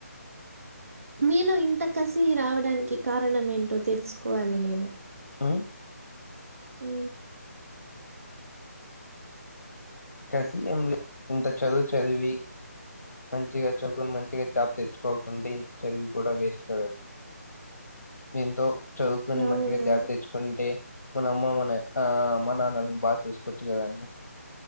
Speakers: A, on the right; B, on the left.
A: మీలో ఇంత కసి రావడానికి కారణం ఏంటో తెలుసుకోవాలి నేను
B: ఉ
A: ఉ
B: కసి ఎం లే ఇంత చదువు చదివి మంచిగా చదివినాం మంచిగా జాబ్ తెచ్చుకోకుండా ఇంత చదివి కూడా వేస్ట్ కదండి ఎంతో చదువుకుని
A: అవును
B: మంచిగా జాబ్ తెచ్చుకుంటే మన అమ్మమ్మనే ఆ అమ్మ నాన్నని బాగా చూసుకోవచ్చు కదండి